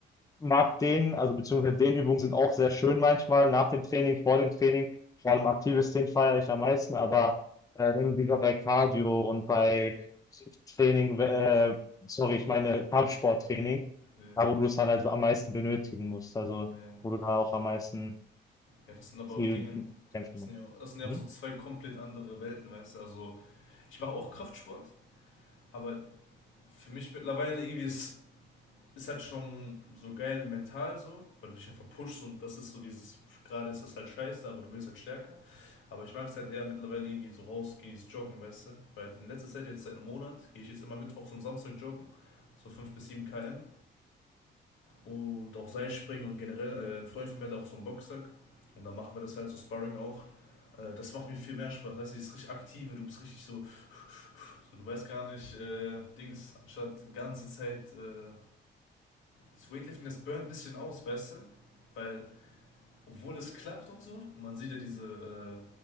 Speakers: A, on the left; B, on the left.
A: mag den, also beziehungsweise Dehnübungen sind auch sehr schön manchmal, nach dem Training, vor dem Training. Vor allem aktives Dehnen feiere ich am meisten, aber äh, dann wieder bei Cardio und bei Training, äh, sorry, ich meine Kampfsporttraining,
B: nö,
A: da wo du es dann halt am meisten benötigen musst, also
B: äh,
A: wo du da auch am meisten
B: ja, das sind aber
A: viel
B: auch Dinge,
A: kämpfen
B: das
A: musst.
B: sind ja auch, das sind
A: Mhm.
B: ja auch so zwei komplett andere Welten, weißt du? Also, ich mache auch Kraftsport, aber für mich mittlerweile irgendwie ist ist halt schon so geil mental so, weil du dich einfach pushst und das ist so dieses, gerade ist das halt scheiße, aber du wirst halt stärker. Aber ich mag es halt eher mittlerweile irgendwie so rausgehen, dieses Joggen, weißt du? Weil in letzter Zeit, jetzt seit einem Monat, gehe ich jetzt immer mittwochs und Samstag joggen, so fünf bis sieben km und auch Seilspringen und generell, äh, ein Freund von mir hat auch so einen Boxsack und dann machen wir das halt so Sparring auch. Äh, das macht mir viel mehr Spaß, weißt du, dieses richtig aktive, du bist richtig so, so du weißt gar nicht, äh, Dings, anstatt die ganze Zeit... Äh, das Weightlifting, das burnt ein bisschen aus, weißt du? Weil, obwohl es klappt und so, man sieht ja diese